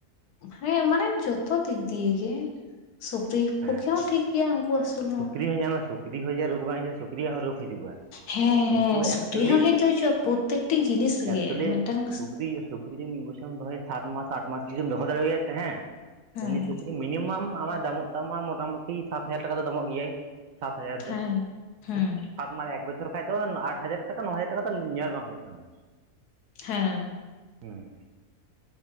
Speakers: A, on the left; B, on the right.
A: ᱦᱮᱸ ᱢᱟᱱᱮ ᱡᱚᱛᱚ ᱫᱤᱠ ᱫᱤᱭᱮ ᱜᱮ᱾ ᱥᱩᱠᱨᱤ
B: ᱦᱮᱸ
A: ᱯᱚᱠᱷᱮ ᱦᱚᱸ ᱴᱷᱤᱠ ᱜᱮᱭᱟ᱾ ᱩᱱᱠᱩ ᱟᱹᱥᱩᱞ
B: ᱥᱩᱠᱨᱤ ᱦᱚᱸ ᱧᱟᱢᱟ ᱥᱩᱠᱨᱤ ᱦᱚᱸ ᱡᱮ ᱨᱳᱜᱽ ᱵᱟᱝ ᱦᱤᱡᱩᱜᱼᱟ ᱥᱩᱠᱨᱤᱭᱟᱜ ᱦᱚᱸ ᱨᱳᱜᱽ ᱦᱤᱡᱩᱜᱼᱟ᱾
A: ᱦᱮᱸ
B: ᱠᱤᱱᱛᱩ
A: ᱦᱮᱸ ᱥᱩᱠᱨᱤ
B: ᱮᱠᱪᱩᱭᱮᱞᱤ
A: ᱦᱚᱸ ᱦᱮᱡ ᱫᱚ ᱦᱤᱡᱩᱜᱼᱟ ᱯᱨᱚᱛᱮᱠᱴᱤ ᱡᱤᱱᱤᱥ
B: ᱮᱠᱪᱩᱭᱮᱞᱤ
A: ᱜᱮ ᱢᱤᱫᱴᱟᱝ᱾
B: ᱥᱩᱠᱨᱤ ᱥᱩᱠᱨᱤ ᱢᱤᱫ ᱵᱚᱪᱷᱮᱢ ᱫᱚᱦᱭᱟ ᱥᱟᱛ ᱢᱟᱥ ᱟᱴ ᱢᱟᱥ ᱨᱮᱩᱢ ᱫᱚᱦᱚ ᱫᱟᱲᱮᱣᱟᱭᱟ ᱦᱮᱸ᱾
A: ᱦᱮᱸ
B: ᱩᱱᱤ ᱥᱩᱠᱨᱤ ᱢᱤᱱᱤᱢᱟᱢ ᱟᱢᱟᱜ ᱫᱟᱢᱚᱜ ᱛᱟᱢᱟ ᱢᱚᱴᱟᱢᱩᱴᱤ, ᱥᱟᱛ ᱦᱟᱡᱟᱨ ᱴᱟᱠᱟ ᱫᱚ ᱫᱟᱢᱚᱜ ᱜᱮᱭᱟᱭ᱾ ᱥᱟᱛ ᱦᱟᱡᱟᱨ
A: ᱦᱮᱸ
B: ᱫᱚ
A: ᱦᱮᱸ
B: ᱟᱴ ᱢᱟᱨ ᱮᱠ ᱵᱚᱪᱷᱚᱨ ᱠᱷᱟᱡ ᱫᱚ ᱟᱴ ᱦᱟᱡᱟᱨ ᱴᱟᱠᱟ ᱱᱚ ᱦᱟᱡᱟᱨ ᱴᱟᱠᱟ ᱫᱚ ᱧᱮᱞ ᱵᱟᱝ ᱦᱩᱭᱩᱜ ᱛᱟᱢᱟ᱾
A: ᱦᱮᱸ
B: ᱩᱸ